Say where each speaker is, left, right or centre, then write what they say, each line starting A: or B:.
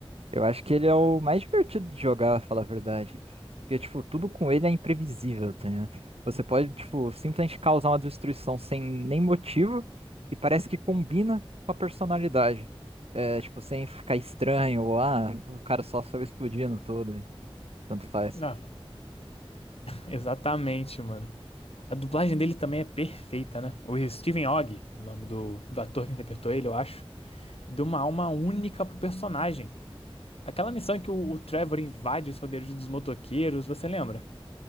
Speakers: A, on the right; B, on the left.
A: Eu acho que ele é o mais divertido de jogar, falar a verdade. Porque, tipo, tudo com ele é imprevisível, tá ligado? Você pode, tipo, simplesmente causar uma destruição sem nem motivo e parece que combina com a personalidade. É, tipo, sem ficar estranho ou, ah, o cara só saiu explodindo todo, e tanto faz.
B: Ah, Exatamente, mano. A dublagem dele também é perfeita, né? O Steven Ogg, o nome do, do ator que interpretou ele, eu acho, deu uma alma única pro personagem. Aquela missão em que o, o Trevor invade os poderes dos motoqueiros, você lembra?